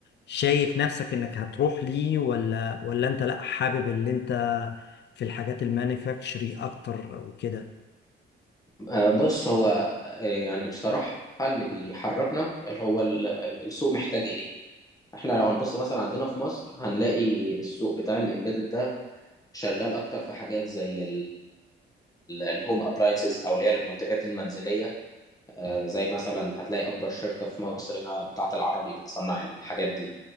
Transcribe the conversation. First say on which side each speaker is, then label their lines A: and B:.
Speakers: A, on the left (about 60°); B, on the left (about 20°).
A: شايف نفسك انك هتروح ليه ولا ولا انت لا حابب اللي انت في الحاجات المانيفاكتشري اكتر وكده
B: آه، بص هو آه، يعني بصراحة اللي بيحركنا اللي هو ال- ال- السوق محتاج ايه احنا لو هنبص مثلا عندنا في مصر هنلاقي السوق بتاع الامبيدد ده شغال اكتر في حاجات زي الهوم ابلاينسز او اللي هي المنتجات المنزلية آه، زي مثلا هتلاقي أكبر شركة في مصر هنا بتاعة العربي بتصنع الحاجات دي